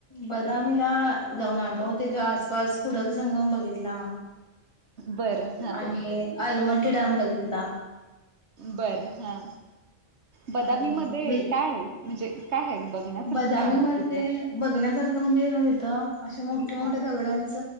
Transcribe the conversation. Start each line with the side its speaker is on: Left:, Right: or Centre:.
Left: बदामीला जाऊन आलो, त्याच्या आसपास कुडलं संगम बघितला.
Right: बरं हां
Left: आणि आलमटी डॅम बघितला.
Right: बर हा, बदामी
Left: आणि
Right: मध्ये काय आहे? म्हणजे काय आहे बघण्याकरच
Left: बदामी
Right: काय आहे
Left: मध्ये
Right: तिथं?
Left: बघण्यासारखं म्हणजे ये ना तथं अशे मोठे मोठ्या
Right: हां
Left: दगडांच,